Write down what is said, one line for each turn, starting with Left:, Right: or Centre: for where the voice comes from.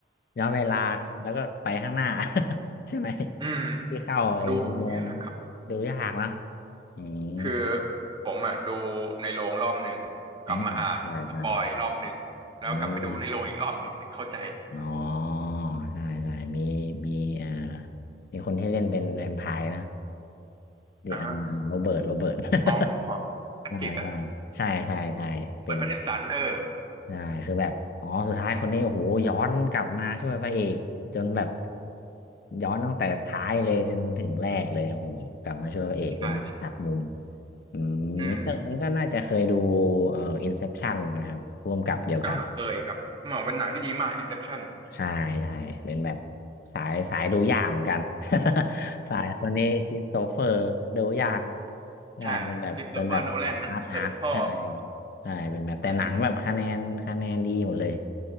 Left: ย้อนเวลาแล้วก็ไปข้างหน้า <laughs> ใช่ไหม
Right: อืม
Left: ที่เข้าไอ้อุโมงค์
Right: ดูดูยากครับผม
Left: ดูยากนะอืม
Right: คือผมอ่ะดูในโรงรอบหนึ่งกลับมาอ่านสปอยรอบหนึ่งแล้วกลับไปดูในโรงอีกรอบหนึ่งถึงเข้าใจ
Left: อืมได้ได้อืม อ๋อใช่ใช่มีมีเอ่อมีคนที่เล่นเป็นแวมไพร์นะเดอันโรเบิร์ตโรเบิร์ต
Right: อ่ะ
Left: <laughs>
Right: อ๋อแพทริกอะ
Left: ใช่ใช่ใช่ใช่ใช่เป็นแบบ
Right: เปิดพระเดนสันเออ
Left: ใช่คือแบบอ๋อสุดท้ายคนนี้โอ้โหย้อนกลับมาช่วยพระเอกจนแบบย้อนตั้งแต่ท้ายเลยจนถึงแรกเลยโอ้โหกลับมาช่วยพระเอกเป็นหักมุม
Right: ใช่
Left: อืมนี่ก็นี่ก็น่าจะเคยดู
Right: อืม
Left: เอ่ออินเซปชันนะครับร่วมกับเดียวกัน
Right: ก็เคยครับเหมือนเป็นหนังที่ดีมาก Inception
Left: ใช่ใช่เป็นแบบสายสายดูยากเหมือนกัน <laughs> สายคนนี้คริสโตเฟอร์ดูยาก
Right: <laughs>
Left: ใช่เป็นแบบเป็นแบบอาร์ตอาร์ตใช่
Right: ใช่คริสโตเฟอร์โนแลนนะเจอเด็ดพ่อ
Left: ใช่เป็นแบบแต่หนังแบบคะแนนคะแนนดีหมดเลย
Right: อืม